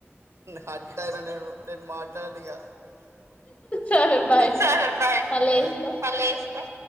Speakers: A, on the right; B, on the left.
A: చెపుతాయిందే నా నేను మాట్లాడది ఇకా
B: సరే బాయ్
A: సరే బాయ్
B: మళ్ళ
A: బాయ్
B: చేస్తా
A: మల్ల చేస్తా